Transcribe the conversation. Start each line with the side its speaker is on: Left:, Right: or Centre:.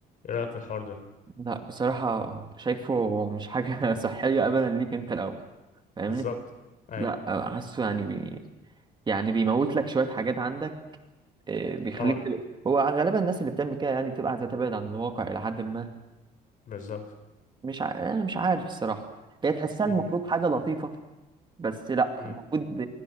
Left: رأيك في الحوار ده
Right: لا بصراحة شايفه مش حاجة <laughs> صحية أبدا ليك أنت الأول فاهمني؟
Left: بالظبط اي
Right: لا حاسه يعني بي... يعني بيموت لك شوية حاجات عندك إيه، بيخليك
Left: اه
Right: تبقى هو غالبا الناس اللي بتعمل كده يعني بتبقى عايزه تبعد عن الواقع الى حد ما
Left: بالظبط
Right: مش ع... أنا مش عارف الصراحه هي تحسها المفروض
Left: أمم،
Right: حاجه لطيفه بس لا
Left: أمم،
Right: المفروض